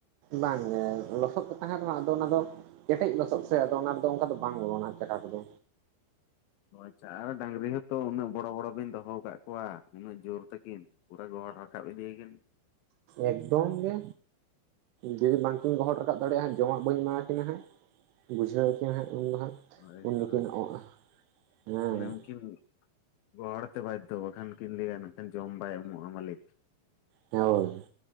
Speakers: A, on the right (about 75°); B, on the left (about 75°).
A: ᱵᱟᱝᱜᱮ ᱞᱚᱥᱚᱫ ᱠᱚ ᱛᱟᱦᱮᱱ ᱨᱮᱦᱚ ᱟᱫᱚ ᱚᱱᱟᱫᱚ᱾ ᱠᱮᱴᱮᱡ ᱞᱚᱥᱚᱫ ᱥᱮ ᱟᱫᱚ ᱚᱱᱟ ᱨᱮᱫᱚ ᱚᱝᱠᱟ ᱫᱚ ᱵᱟᱝ ᱵᱚᱞᱚᱱᱟᱜ ᱪᱟᱠᱟ ᱠᱚᱫᱚ᱾
B: ᱚ ᱟᱪᱪᱷᱟ ᱟᱨ ᱰᱟᱝᱨᱤ ᱦᱚᱸᱛᱚ ᱩᱱᱟᱹᱜ ᱵᱚᱲᱚ ᱵᱚᱲᱚ ᱵᱤᱱ ᱫᱚᱦᱚ ᱟᱠᱟᱜ ᱠᱚᱣᱟ ᱩᱱᱟᱹᱜ ᱡᱳᱨ ᱛᱟᱹᱠᱤᱱ᱾ ᱯᱩᱨᱟᱹ ᱜᱚᱦᱚᱲ ᱨᱟᱠᱟᱵ ᱤᱫᱤᱭᱟᱹᱠᱤᱱ᱾
A: ᱮᱠᱫᱚᱢ ᱜᱮ ᱡᱩᱫᱤ ᱵᱟᱝᱠᱤᱱ ᱜᱚᱦᱚᱲ ᱨᱟᱠᱟᱵ ᱫᱟᱲᱮᱭᱟᱜᱼᱟ ᱡᱚᱢᱟᱜ ᱵᱟᱹᱧ ᱮᱢᱟᱠᱤᱱᱟ ᱦᱟᱸᱜ᱾ ᱵᱩᱡᱷᱟᱹᱣ ᱠᱤᱱᱟ ᱦᱟᱸᱜ ᱩᱱ ᱫᱚ ᱦᱟᱸᱜ
B: ᱦᱳᱭᱛᱚ
A: ᱩᱱ ᱫᱚᱠᱤᱱ
B: ᱦᱳᱭᱛᱚ
A: ᱚᱸᱜ ᱦᱮᱸ᱾
B: ᱢᱟᱱᱮ ᱩᱱᱠᱤᱱ ᱜᱚᱦᱚᱲ ᱛᱮ ᱵᱟᱡᱽᱫᱷᱳ ᱵᱟᱠᱷᱟᱱ ᱠᱤᱱ ᱞᱮᱭᱟ ᱱᱟᱜ ᱠᱷᱟᱱ ᱡᱚᱢ ᱵᱟᱭ ᱮᱢᱚᱜᱼᱟ ᱢᱟᱹᱞᱤᱠ᱾
A: ᱦᱳᱭ